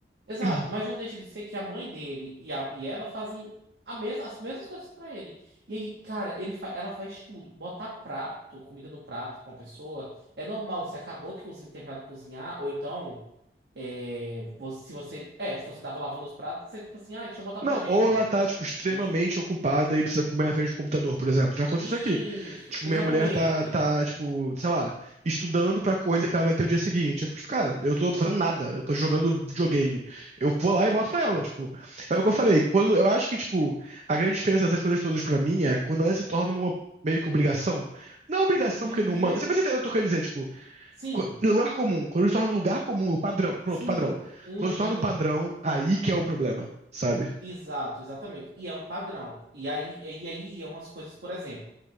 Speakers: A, on the right (about 70°); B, on the right (about 40°).
A: exato,
B: <clears throat>
A: mas não deixa de ser que a mãe dele e, a, e ela fazem a mesma, as mesmas coisas pra ele. E aí, cara, ele fa- ela faz tudo, botar prato, comida no prato pra uma pessoa, é normal, você acabou de cozinhar, terminar de cozinhar, ou então, é, você- se você, é, se você tava lavando os pratos, você tipo assim, ah, deixa eu botar pra
B: Não,
A: gente.
B: ou ela tá, tipo, extremamente
A: né?
B: ocupada e precisa comer na frente do computador, por exemplo. Já aconteceu
A: Isso,
B: isso aqui. Tipo,
A: exatamente.
B: minha mulher tá, tá, tipo, sei lá, estudando pra coisa que ela vai ter o dia seguinte. Eu fico, tipo, cara, eu tô fazendo nada, eu tô jogando videogame. Eu vou
A: Exato.
B: lá e boto pra ela, tipo. É o que eu falei, quando, eu acho que, tipo, a grande diferença dessas coisas todas pra mim é quando ela se torna uma meio que obrigação. Não obrigação,
A: Uhum.
B: porque não manda. Você vai você entendeu o que eu tô dizer, tipo,
A: Sim,
B: co- lugar comum. Quando se torna um lugar comum, o padrão, pronto,
A: sim.
B: padrão.
A: Uhum.
B: Quando se torna o padrão, aí que é o problema, sabe?
A: Exato, exatamente. E é um padrão. E aí, e aí é umas coisas, por exemplo,